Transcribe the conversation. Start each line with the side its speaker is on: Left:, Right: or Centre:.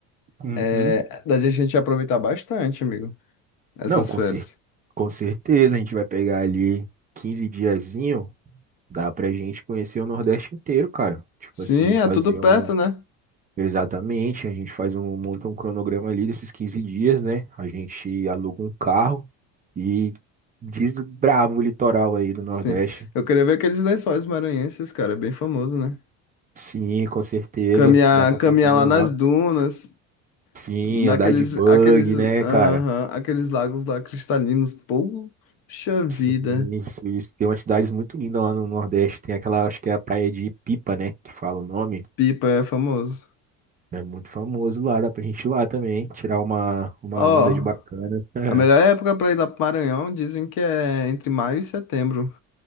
Right: Uhum.
Left: É, dá a gente aproveitar bastante, amigo, essas
Right: Não, com
Left: férias.
Right: cer- com certeza a gente vai pegar ali 15 diazinho, dá pra gente conhecer o Nordeste inteiro, cara. Tipo
Left: Sim,
Right: assim, fazer
Left: é tudo perto,
Right: um.
Left: né?
Right: Exatamente, a gente faz um, monta um cronograma ali desses 15 dias, né? A gente aluga um carro e desbrava o litoral aí do Nordeste.
Left: Sim. Eu queria ver aqueles lençóis maranhenses, cara, é bem famoso, né?
Right: Sim, com certeza,
Left: Caminhar,
Right: dá pra
Left: caminhar
Right: passar
Left: lá
Right: lá.
Left: nas dunas.
Right: Sim,
Left: Naqueles,
Right: andar de bug,
Left: aqueles,
Right: né,
Left: aham,
Right: cara?
Left: aqueles lagos lá cristalinos. Poxa vida,
Right: Sim, isso, isso. Tem umas cidades muito lindas lá no Nordeste. Tem aquela, acho que é a praia de Pipa, né? Que fala o nome.
Left: Pipa é famoso.
Right: É muito famoso lá, dá pra gente ir lá também, tirar uma, uma
Left: Ó,
Right: onda de bacana. <laughs>
Left: a melhor época para ir lá pro Maranhão dizem que é entre maio e setembro,